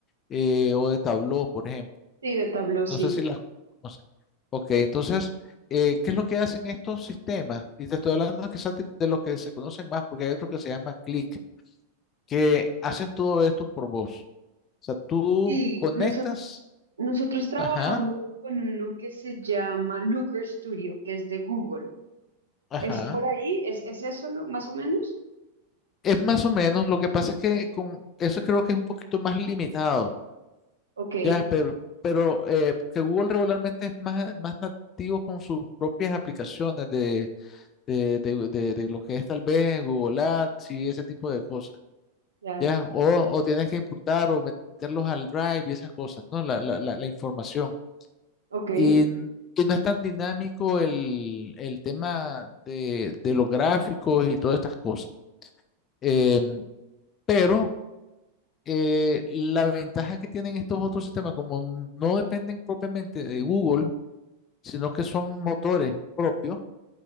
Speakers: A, on the left; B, on the right.
A: eh, o de Tableau, por ejemplo.
B: Sí, de Tableau, sí.
A: No sé si las conoces. Ok, entonces, eh, ¿qué es lo que hacen estos sistemas? Y te estoy hablando quizás de, de los que se conocen más, porque hay otro que se llama Click, que hacen todo esto por voz. O sea, tú
B: sí
A: conectas,
B: nosotros, nosotros trabajamos
A: ajá,
B: con uno que se llama Looker Studio, que es de Google.
A: ajá.
B: ¿Es por ahí? ¿Es, es eso lo- más o menos?
A: Es más o menos, lo que pasa es que con eso creo que es un poquito más limitado.
B: Ok,
A: Ya, pero, pero eh, que Google regularmente es más, más nativo con sus propias aplicaciones de, de, de- de- de lo que es tal vez Google Ads y ese tipo de cosas.
B: ya,
A: Ya, o, o tienes que importar o meterlos al Drive y esas cosas, ¿no? La, la, la, la información.
B: Ok.
A: Y, n- y no es tan dinámico el, el tema de, de los gráficos y todas estas cosas. Em, pero eh, la ventaja que tienen estos otros sistemas, como no dependen propiamente de Google, sino que son motores propios.